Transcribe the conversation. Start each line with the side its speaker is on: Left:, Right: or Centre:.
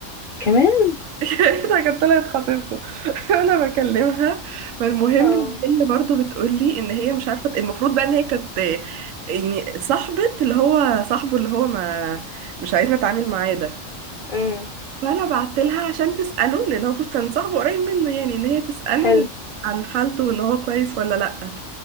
Left: كمان
Right: لقيتها كانت طلعت خطيبته <laughs> وانا بكلمها فالمهم
Left: اه
Right: ان هي برضو بتقول لي ان هي مش عارفه المفروض بقى ان هي كانت آه، يعني صاحبه اللي هو صاحبه اللي هو ما مش عايزنا اتعامل معاه ده
Left: امم
Right: فانا بعت لها عشان تساله لان هو المفروض كان صاحبه قريب منه يعني ان هي تساله
Left: حلو
Right: عن حالته وان هو كويس ولا لا